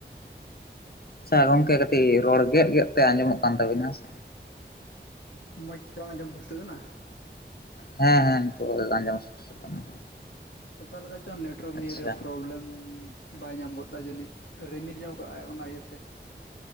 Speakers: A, on the left (about 55°); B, on the left (about 80°).
A: ᱟᱪᱪᱷᱟ ᱜᱚᱢᱠᱮ ᱠᱟᱹᱴᱤᱡ ᱨᱚᱲ ᱜᱮᱜ ᱜᱮᱜ ᱛᱮ ᱟᱸᱡᱚᱢᱚᱜ ᱠᱟᱱ ᱛᱟᱵᱤᱱᱟ ᱾
B: ᱢᱚᱡᱽ ᱛᱮ ᱵᱟᱝ ᱟᱸᱡᱚᱢ ᱯᱩᱥᱴᱟᱹ ᱠᱟᱱᱟ᱾
A: ᱦᱮᱸ ᱦᱮᱸ ᱱᱤᱛᱚ ᱟᱡᱚᱢ ᱯᱩᱥᱴᱟᱹᱣ ᱠᱟᱱᱟ <inaudible>
B: ᱚᱠᱟ ᱞᱮᱠᱟ ᱪᱚᱝ ᱱᱮᱴᱣᱟᱨᱠ ᱱᱤᱭᱮ
A: ᱟᱪᱪᱷᱟ
B: ᱨᱮ ᱯᱨᱚᱵᱞᱮᱢ ᱵᱟᱭ ᱧᱟᱢ ᱜᱚᱫᱫᱟ ᱡᱟᱹᱱᱤᱡ ᱨᱤᱢᱤᱞ ᱧᱚᱜ ᱠᱟᱜ-ᱟᱭ ᱚᱱᱟ ᱤᱭᱟᱹᱛᱮ᱾